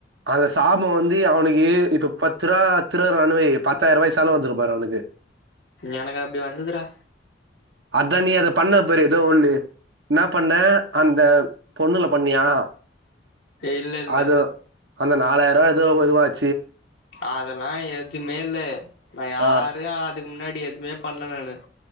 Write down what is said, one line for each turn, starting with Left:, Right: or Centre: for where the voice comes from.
Right: அந்த சாப வந்து அவுனுக்கு இப்ப பத் ருவா பத்ருவானு வெய் பத்தாயார்வாய்க் செலவ் வந்துரும்பாரு அவுனுக்கு
Left: எனக்கு அப்டி வந்துதுடா
Right: அதா நீ அத பண்ண பாரு எதோ ஒண்ணு என்னா பண்ண அந்த பொண்ணுல பண்ணியா
Left: இல்ல இல்ல
Right: அது அந்த நாலாயிருவா எதோ ஒதுவாய்
Left: அதெலா எதுமே இல்லே நா யாரையு
Right: ஆ
Left: அதுக் முன்னாடி எதுமே பண்ல நானு